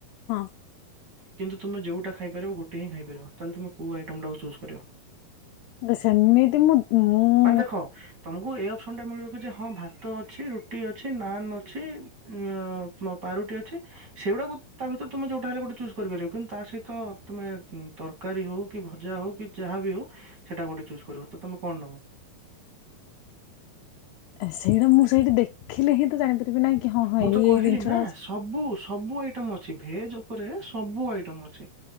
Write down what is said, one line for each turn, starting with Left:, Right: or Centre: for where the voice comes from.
Left: ହଁ।
Right: କିନ୍ତୁ ତୁମେ ଯୋଉଟା ଖାଇପାରିବ ଗୋଟିଏ ହିଁ ଖାଇ ପାରିବ ତାହେଲେ ତୁମେ କୋଉ ଆଇଟମ ଟାକୁ ଚୁଜ କରିବ?
Left: ମୁଁ ତ ସେମିତି ମୁ ମୁଁ
Right: ମାନେ ଦେଖ ତମକୁ ଏଇ ଅପସନ୍ ଟା ମିଳିବ କି ଯେ ହଁ ଭାତ ଅଛି, ରୁଟି ଅଛି, ନାନ୍ ଅଛି, ଏଁ ମ ପାରୁଟି ଅଛି, ସେଗୁଡାକୁ ତା ଭିତରେ ତମେ ଯୋଉଟା ହେଲେ ଗୋଟେ ଚୁଜ୍ କରିପାରିବ କିନ୍ତୁ ତା ସହିତ ତମେ ତରକାରୀ ହଉ କି ଭଜା ହଉ କି ଯାହା ବି ହଉ ସେଟା ଗୋଟେ ଚୁଜ୍ କରିବ, ତମେ କଣ ନବ?
Left: ସେଇଟା ମୁଁ ସେଇଠି ଦେଖିଲେ ହିଁ ତ ଜାଣିପାରିବି ନାହିଁ କି ହଁ ହଁ
Right: ମୁଁ
Left: ଏଇ
Right: ତ କହିଲି
Left: ଏଇ ଜିନିଷଟା
Right: ନା
Left: ଅଛି।
Right: ସବୁ ସବୁ ଆଇଟମ ଅଛି, ଭେଜ ଉପରେ ସବୁ ଆଇଟମ୍ ଅଛି।